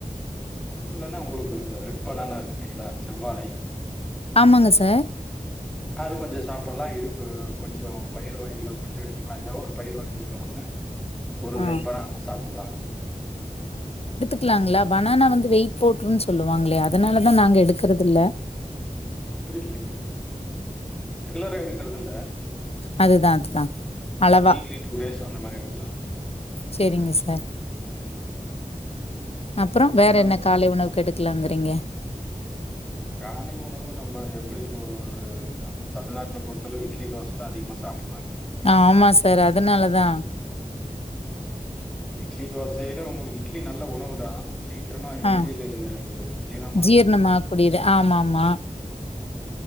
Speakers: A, in the centre; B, on the left (about 45°).
A: இல்லனா உங்ளுக்கு இந்த ரெட் பனானா இருக்குல்லீங்ளா செவ்வாழை
B: ஆமாங்க சார்
A: அது கொஞ்ச சாப்புல்லா இதுக்கு கொஞ்சோ பயிர் வகைகள் கொஞ்சோ எடுத்துக்குலா எதா ஒரு பயிர் வகைல ஒண்ணு ஒரு
B: ஆ
A: ரெண்ற நாளைக்கி சாப்புல்லா
B: க்லாங்ளா பனானா வந்து வெயிட் போட்ருன் சொல்லுவாங்ளே அதுனாலதா நாங்க எடுக்குறதில்ல
A: அப்டி இல்லைங்க ரெகுலரா எடுக்கறதில்ல
B: அதுதா அதுதா அளவா
A: வீக்லி டூ டேஸ் அந்த மாரி எடுக்லா
B: செரிங்க சார் அப்றோ
A: அப்புறம்
B: வேற
A: நம்
B: என்ன காலை உணவுக் எடுக்குலாங்குறீங்க
A: காலை உணவு நம்ம <unintelligible> நம்ம தமிழ்நாட்ல பொறுத்தளவிக்கி தோச தா அதிகமா சாப்பு
B: ஆமா சார் அதுனாலதா
A: இட்லி தோசைய விட உங்களுக்கு இட்லி நல்ல உணவு தா சீக்கிரமா எளிதில
B: ஆ
A: ஜீரணமாக
B: ஜீரணமாக்கூடியது
A: கூடிய உணவு
B: ஆமாமா.